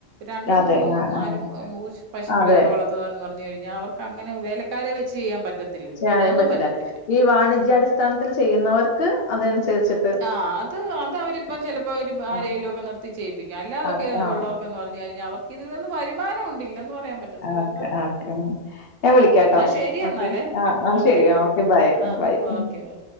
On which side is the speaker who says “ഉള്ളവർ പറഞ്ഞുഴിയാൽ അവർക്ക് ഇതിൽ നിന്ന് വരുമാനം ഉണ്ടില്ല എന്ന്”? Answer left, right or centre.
Right